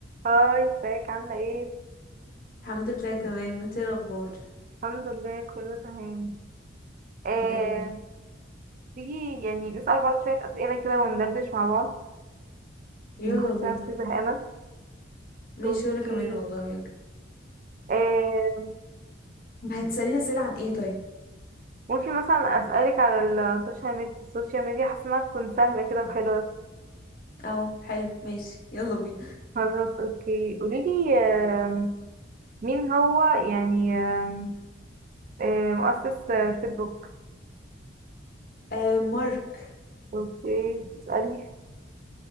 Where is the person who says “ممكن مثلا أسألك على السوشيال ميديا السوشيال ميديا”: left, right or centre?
Right